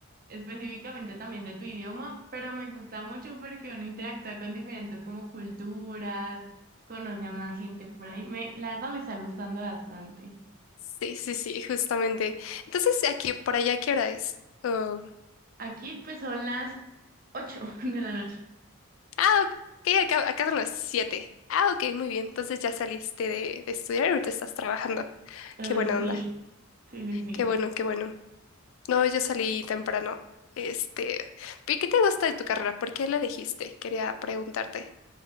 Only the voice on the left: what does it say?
Sí, sí, sí, justamente. Entonces, aquí, por allá, ¿qué hora es? Oh,
Ah, ok, acá, acá son las siete Ah, ok, muy bien. Entonces ya saliste de, de estudiar y ahorita estás trabajando.
Qué buena
onda.
Qué bueno, qué bueno. No, yo salí temprano. Este, ¿y qué te gusta de tu carrera? ¿Por qué la elegiste? Quería preguntarte.